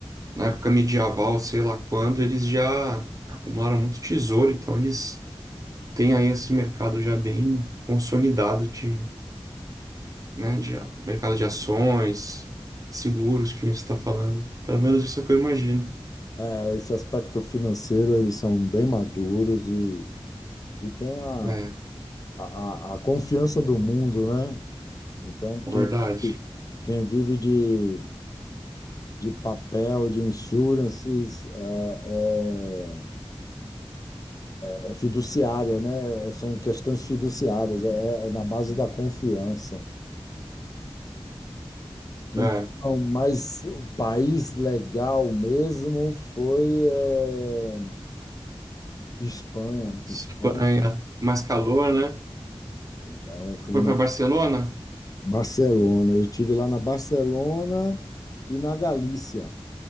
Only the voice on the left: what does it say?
é, esse aspecto financeiro, eles são bem maduros e, e tem a,
a, a a confiança do mundo, né? Então, quem,
quem vive de, de papel, de insurances, é, é É fiduciária, né? São questões fiduciárias, é, é é na base da confiança. Então,
mas o país legal mesmo foi eh, Espanha. Espanha
é um clima.
Barcelona. Eu tive lá na Barcelona e na Galícia